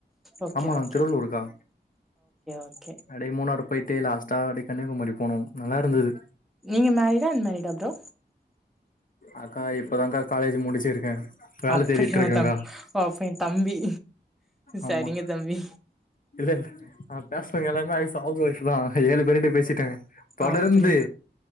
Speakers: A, in the centre; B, on the left.
A: ஓகே
B: ஆமா நா
A: ஓகே
B: திருவள்ளூர்க்கா
A: ஓகே
B: அப்டியே மூணாரு போய்ட்டு லாஸ்ட்டா அப்டியே கன்னியாகுமரி போனோ நல்லா இருந்துது
A: நீங்க மேரிடா அன்மேரிடா ப்ரோ
B: அக்கா இப்பதான்க்கா காலேஜ் முடிச்சிருக்கே வேல
A: அப்படியாதா
B: தேடிட்டு இருக்கேக்கா
A: ஓ அப்ப எ தம்பி
B: ஆமா
A: சரிங்க தம்பி
B: இல்லல ஆ நா பேசுன எல்லாமே ஹவுஸ் ஒயிஃப் தா ஏழு பேருட்ட பேசிட்ட தொடர்ந்து
A: அப்டியா